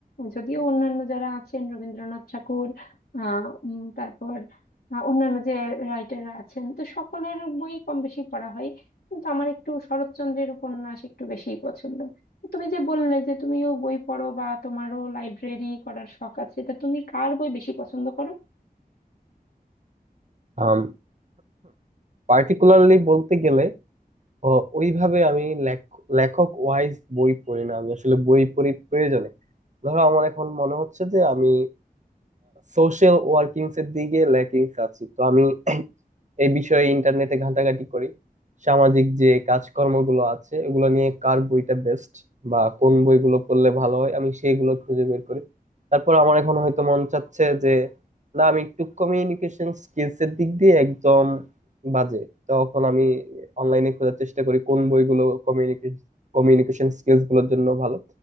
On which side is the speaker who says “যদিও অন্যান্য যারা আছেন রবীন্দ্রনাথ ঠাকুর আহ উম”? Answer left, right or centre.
Left